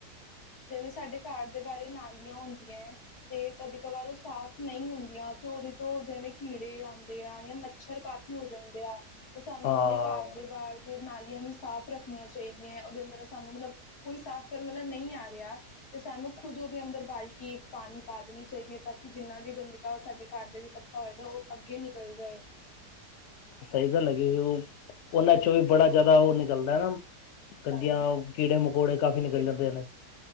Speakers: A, on the left; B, on the left.
A: ਜਿਵੇਂ ਸਾਡੇ ਘਰ ਦੇ ਬਾਰੇ ਨਾਲੀਆਂ ਹੁੰਦੀਐ ਤੇ ਕਦੇ ਕਵਾਰ ਓ ਸਾਫ਼ ਨਈ ਹੁੰਦੀਆਂ ਤੇ ਉਦੇ ਤੋਂ ਜਿਵੇਂ ਕੀੜੇ ਆਂਦੇ ਆ ਜਾਂ ਮੱਛਰ ਕਾਫ ਹੋ ਜਾਂਦੇ ਆ ਤੇ ਸਾਨੂੰ
B: ਹਾਂ
A: ਆਪਣੇ ਘਰ ਦੇ ਬਾਰ ਦੇ ਨਾਲੀਆਂ ਵੀ ਸਾਫ਼ ਰੱਖਣੀਆਂ ਚਾਈਦੀਆਂ ਉਦੇ ਅੰਦਰ ਸਾਨੂੰ ਮਤਲਬ ਕੋਈ ਸਾਫ਼ ਕਰਨ ਮਤਲਬ ਨਈ ਆ ਬਿਆਸ ਤੇ ਸਾਨੂੰ ਖੁਦ ਉਦੇ ਅੰਦਰ ਬਾਲਟੀ ਇੱਕ ਪਾਣੀ ਪਾ ਦੇਣੀ ਚਾਈਦੀ ਐ ਤਾਂ ਕਿ ਜਿੰਨਾ ਵੀ ਬੰਦ ਕਾ ਸਾਡੇ ਘਰ ਦੇ ਭਾਵੇਂ ਤੇ ਓ ਅੱਗੇ ਨਿਕਲ ਜਾਏ।
B: ਸਈ ਗੱਲ ਹੈਗੀ ਓ ਉਨਾਂ ਚੋਂ ਵੀ ਬੜਾ ਜਾਦਾ ਓ ਨਿਕਲਦਾ ਐ ਨਾ। ਗੰਦੀਆਂ
A: ਗੰਦ ਨਿਕਲ
B: ਕੀੜੇ
A: ਹਾਂ
B: ਮਕੌੜੇ ਕਾਫੀ ਨਿਕਲ
A: ਕੀੜੇ
B: ਜਾਂਦੇ
A: ਮਕੌੜੇ
B: ਨੇ।